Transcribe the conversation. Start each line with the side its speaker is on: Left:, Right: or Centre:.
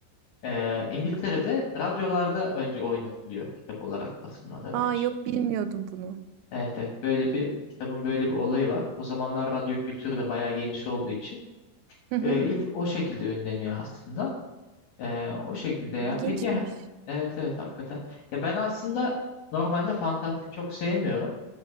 Left: Ee, İngiltere'de radyolarda önce oynatılıyor kitap olarak basılmadan
Right: Aa
Left: önce.
Right: yok bilmiyordum bunu.
Left: Evet evet böyle bir kitabın böyle bir olayı var. O zamanlar radyo kültürü de bayağı geniş olduğu için
Right: Hı hı.
Left: ee, ilk o şekilde ünleniyor aslında. Ee, o şekilde ya.
Right: İlginçmiş.
Left: Peki ha- evet evet hakikaten. Ya ben aslında normalde fantastik çok sevmiyorum.